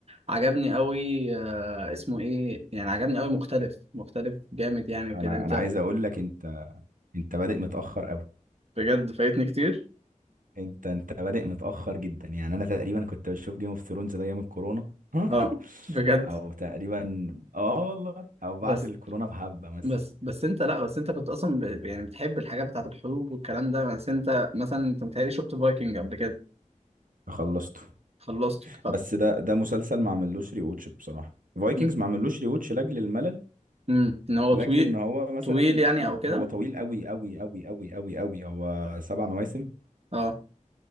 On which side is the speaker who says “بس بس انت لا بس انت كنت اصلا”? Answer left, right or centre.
Right